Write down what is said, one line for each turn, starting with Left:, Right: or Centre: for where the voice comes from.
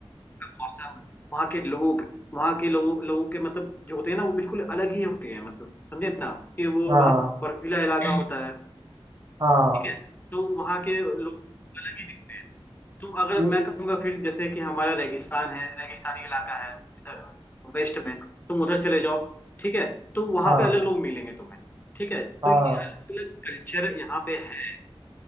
Left: मौसम वहाँ के लोग वहाँ के लोग लोगों के मतलब जो होते हैं ना वो बिल्कुल अलग ही होते हैं मतलब समझे ना कि वो
Right: हाँ
Left: वहाँ बर्फीला इलाका हम्म, होता है
Right: हाँ
Left: ठीक है तो वहाँ के लोग अलग ही दिखते हैं तुम अगर
Right: ये-
Left: मैं कहूँगा फिर जैसे कि हमारा रेगिस्तान है रेगिस्तानी इलाका है इधर वेस्ट में तुम उधर चले जाओ ठीक है तो वहाँ
Right: हाँ
Left: पे अलग लोग मिलेंगे तुम्हें ठीक है तो
Right: हाँ
Left: ये अलग अलग कल्चर यहाँ पे है